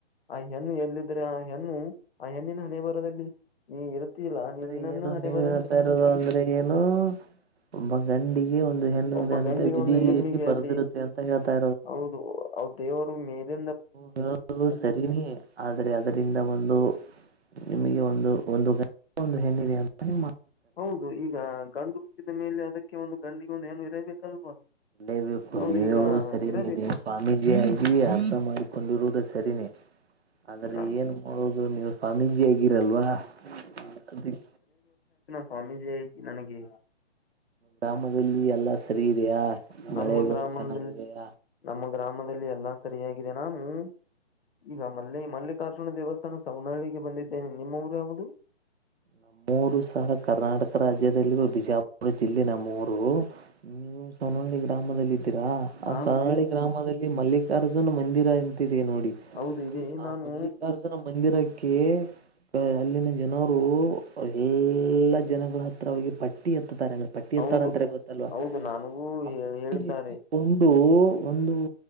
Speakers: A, on the left; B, on the right.
A: ಆ ಹೆಣ್ಣು ಎಲ್ಲಿದ್ರೆ ಆ ಹೆಣ್ಣು ಆ ಹೆಣ್ಣಿನ ಹಣೆ ಬರದಲ್ಲಿ ನೀ ಇರು ತ್ತಿಲ್ಲ
B: ಅಂದ್ರೆ
A: ನಿನ್ನನ್ನು
B: ಏನು
A: ಹಣೆ
B: ನೀವ್
A: ಬರಹದಲ್ಲಿರುತ್ತದೆ
B: ಹೇಳ್ತಾ ಇರೋದು ಅಂದ್ರೆ ಏನು ಒಬ್ಬ ಗಂಡಿಗೆ ಒಂದು ಹೆಣ್ಣುವುದಂತೆ
A: ಒಬ್ಬ ಗಂಡಿಗೆ
B: ವಿಧಿಯಲ್ಲಿ
A: ಒಂದು ಹೆಣ್ಣಿಗೆ
B: ಬರೆದಿರುತ್ತೆ
A: ಅಲ್ಲಿ
B: ಅಂತ ಹೇಳ್ತಾ
A: ಹೌದು ಅವ ದೇವರು ಮೇಲೆ
B: ನೀವು ಹೇಳುವುದು ಸರಿನೇ ಆದರೆ ಅದರಿಂದ ಒಂದು ನಿಮಗೆ ಒಂದು ಒಂದು ಗಂಡು ಒಂದು ಹೆಣ್ಣಿದೆ ಅಂತನೆ
A: ಹೌದು ಈಗ ಗಂಡು ಹುಟ್ಟಿದ ಮೇಲೆ ಅದಕ್ಕೆ ಒಂದು ಗಂಡಗ ಒಂದು ಹೆಣ್ಣು ಇರಬೇಕಲ್ವಾ
B: ಅಲ್ಲೇಬೇಕು
A: ಹೌದು
B: ನೀವ
A: ಈಗ
B: ಹೇಳದು ಸರಿನೇ
A: ಇರಬೇಕು
B: ಇದೆ ನೀವು ಸ್ವಾಮೀಜಿಯಾಗಿ ಅರ್ಥ ಮಾಡಿಕೊಂಡಿರುವುದು ಸರಿನೇ ಆದ್ರೆ
A: ನಾನು
B: ಏನ್ ಮಾಡೋುದು ನೀವು ಸ್ವಾಮೀಜಿ ಆಗಿರಲ್ವಾ ಅದಕೆ
A: ಸ್ವಾಮಿಜಿ ಆಗಿ ನನಗೆ
B: ಗ್ರಾಮದಲ್ಲಿ ಎಲ್ಲಾ ಸರಿ ಇದೆಯಾ
A: ನಮ್ಮ
B: ಮಳೆ ಬೆಳೆ
A: ಗ್ರಾಮದಲ್ಲಿ
B: ಚೆನ್ನಾಗಿದೆಯಾ
A: ನಮ್ಮ ನಮ್ಮ ಗ್ರಾಮದಲ್ಲಿ ಎಲ್ಲಾ ಸರಿಯಾಗಿದೆ ನಾ ಹೂ ಈಗ ಮಲ್ಲಿ ಮಲ್ಲಿ ಮಲ್ಲಿಕಾರ್ಜುನ ದೇವಸ್ಥಾನ ಸವನಳ್ಳಿಗೆ ಬಂದಿದ್ದೇನೆ ನಿಮ ಊರು ಯಾವ್ದದು
B: ನಮ್ಮ ಊರು ಸಹಾ ಕರ್ನಾಟಕ ರಾಜ್ಯದಲ್ಲಿ ಬಿಜಾಪುರ ಜಿಲ್ಲೆ ನಮ್ ಊರು ನೀವು ಸನ್ನೊಳಿ ಗ್ರಾಮದಲ್ಲಿ ಇರ್ತೀರಾ ಆ
A: ನಾನು
B: ಸರಾಳಿ ಗ್ರಾಮದಲ್ಲಿ ಮಲ್ಲಿಕಾರ್ಜುನ ಮಂದಿರ ಅಂತ ಇ ದೇ ನೋಡಿ
A: ಹೌದು ಇದೆ
B: ಆ
A: ನಾನು
B: ಮಲ್ಲಿಕಾರ್ಜುನ ಮಂದಿರಕ್ಕೆ ಅಲ್ಲಿನ ಜನರು ಎಲ್ಲಾ ಜನಗಳ ಹತ್ತಿ ರ ಹೋಗಿ ಪಟ್ಟಿ ಎತ್ತತಾರೆ ಅಂದ್ರೆ ಪಟ್ಟಿ
A: ಹೌದು
B: ಎತ್ತಾರ ಅಂತ್ರ ಗೊತ್ತಲ್ವಾ
A: ಹೌದು ನನಗೂ
B: ಆ
A: ಹೇ-
B: ಪಟ್ಟಿ
A: ಹೇಳಿದ್ದಾರೆ
B: ಎತ್ತಿಕೊಂಡು ಒಂದು